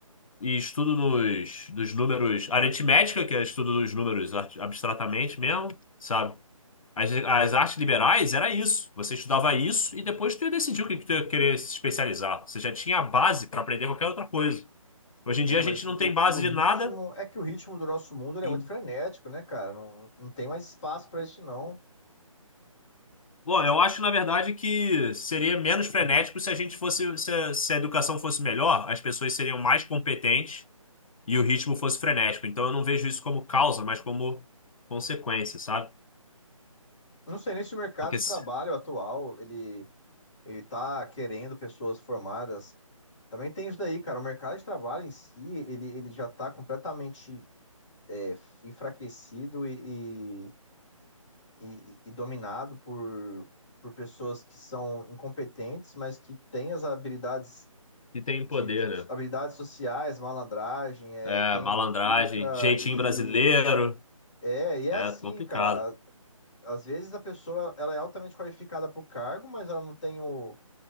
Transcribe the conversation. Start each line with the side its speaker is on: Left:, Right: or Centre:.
Left: e estudo nos, dos números aritmética, que é estudo dos números ar- abstratamente mesmo, sabe? As, as artes liberais era isso. Você estudava isso e depois tu ia decidir o que, que tu ia querer se especializar. Você já tinha a base para aprender qualquer outra coisa. Hoje em
Centre: É,
Left: dia a
Centre: mas
Left: gente não
Centre: o,
Left: tem base
Centre: o ritmo.
Left: de nada.
Centre: É que o ritmo do nosso mundo ele
Left: E,
Centre: é muito frenético, né, cara? Não, não tem mais espaço para isso, não.
Left: bom, eu acho, na verdade, que seria menos frenético se a gente fosse, se a, se a educação fosse melhor, as pessoas seriam mais competentes e o ritmo fosse frenético. Então eu não vejo isso como causa, mas como consequência, sabe?
Centre: Não sei nem se o mercado
Left: Porque
Centre: de
Left: se
Centre: trabalho atual ele, ele tá querendo pessoas formadas. Também tem isso daí, cara. O mercado de trabalho em si, ele, ele já tá completamente é, enfraquecido e, e, e- e dominado por, por pessoas que são incompetentes, mas que têm as habilidades
Left: se tem
Centre: de,
Left: poder,
Centre: de
Left: né?
Centre: habilidades sociais, malandragem, é,
Left: É,
Centre: quem
Left: malandragem,
Centre: indica
Left: jeitinho
Centre: e
Left: brasileiro,
Centre: é, e é
Left: é
Centre: assim,
Left: complicado.
Centre: cara. Às vezes a pessoa ela é altamente qualificada para o cargo, mas ela não tem o,